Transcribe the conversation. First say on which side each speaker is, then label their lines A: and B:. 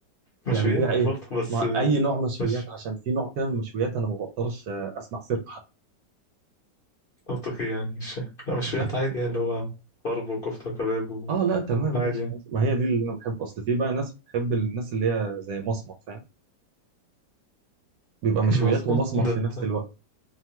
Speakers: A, on the left; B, on the right.
A: مشويات
B: يعني بيبيع ايه؟
A: برضه بس
B: ما اي نوع مشويات
A: مش
B: عشان في نوع كده من المشويات انا ما بقدرش آه، اسمع سيرته حتى
A: منطقي يعني مش لا مشويات
B: <laughs>
A: عادي يعني اللي هو طرب وكفتة وكباب
B: اه لا تمام
A: وعادي
B: ماشي
A: يعني
B: ماشي. ما هي دي اللي انا بحب اصل في بقى ناس بتحب الناس اللي هي زي مصمت فاهم بيبقى مشويات
A: مصمت
B: ومصمت
A: ده
B: في
A: بتاع
B: نفس الوقت